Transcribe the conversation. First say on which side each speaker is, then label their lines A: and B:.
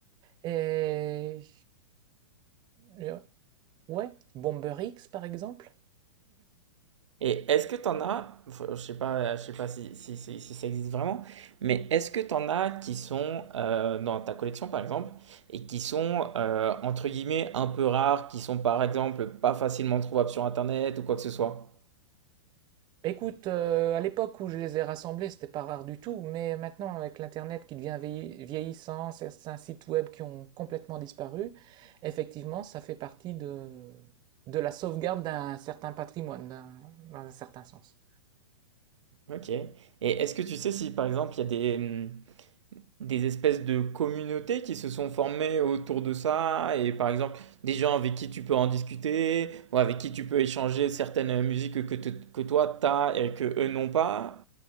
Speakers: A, on the right (about 30°); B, on the right (about 80°).
A: Et. Yeah. Ouais, Bomber X par exemple.
B: Et est-ce que t'en as, enfin, je sais pas, je sais pas si, si, si- si ça existe vraiment, mais est-ce que t'en as qui sont euh, dans ta collection par exemple et qui sont euh, entre guillemets un peu rares, qui sont par exemple pas facilement trouvables sur internet ou quoi que ce soit?
A: <laughs> Écoute, euh, à l'époque où je les ai rassemblés, c'était pas rare du tout, mais maintenant avec l'internet qui devient vieilli- vieillissant, certains sites web qui ont complètement disparu, effectivement, ça fait partie de, de la sauvegarde d'un certain patrimoine, d'un- dans un certain sens.
B: Ok. Et est-ce que tu sais si par exemple il y a des, hum, des espèces de communautés qui se sont formées autour de ça et par exemple des gens avec qui tu peux en discuter ou avec qui tu peux échanger certaines musiques que, que, te- que toi t'as et que eux n'ont pas?